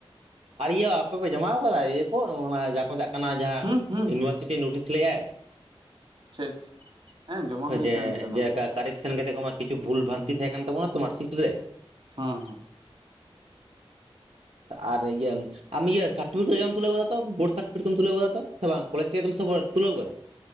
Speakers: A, on the right; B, on the right.
A: ᱟᱨ ᱤᱭᱟᱹ ᱟᱯᱮ ᱯᱮ ᱡᱚᱢᱟ ᱟᱠᱟᱫᱟ ᱤᱭᱟᱹ ᱠᱚ ᱚᱱᱮ ᱠᱚ ᱢᱮᱛᱟᱜ ᱠᱟᱱᱟ ᱡᱟᱦᱟᱸ
B: ᱦᱩᱸ ᱦᱩᱸ
A: ᱤᱭᱩᱱᱤᱵᱷᱟᱨᱥᱤᱴᱤ ᱱᱳᱴᱤᱥ ᱞᱮᱜᱟᱭ ᱾
B: ᱴᱷᱤᱠ ᱦᱮᱸ ᱡᱚᱢᱟ ᱦᱩᱭ
A: ᱡᱮ
B: ᱠᱟᱱ ᱜᱮᱭᱟ ᱚᱱᱟ
A: ᱠᱮᱠᱟ
B: ᱦᱚᱸ
A: ᱠᱟᱨᱮᱠᱴ ᱥᱮᱱ ᱠᱟᱛᱮ ᱠᱚᱢᱟ ᱠᱤᱪᱷᱩ ᱵᱷᱩᱞ ᱵᱷᱟᱱᱛᱤ ᱛᱟᱦᱮᱸ ᱠᱟᱱ ᱛᱟᱵᱚᱱᱟ ᱛᱚ ᱢᱟᱨᱥᱤᱴ ᱨᱮ ᱾
B: ᱦᱚᱸ ᱦᱚᱸ
A: ᱟᱨ ᱤᱭᱟᱹ ᱟᱢ ᱤᱭᱟᱹ ᱥᱟᱨᱯᱷᱤᱠᱮᱴ ᱠᱟᱢ ᱛᱩᱞᱟᱹᱣ ᱟᱠᱟᱫᱟᱚ ᱛᱚ ᱵᱳᱰ ᱥᱟᱴ ᱼᱼ ᱯᱤᱴ ᱠᱚᱢ ᱛᱩᱞᱟᱹᱣ ᱟᱠᱟᱫᱟ ᱛᱚ ᱥᱮ ᱵᱟᱝ ᱠᱚᱞᱡᱽ ᱪᱮᱛᱮᱢ ᱥᱚᱵᱚᱛ ᱛᱩᱞᱟᱹᱣ ᱟᱠᱟᱫᱟ ᱾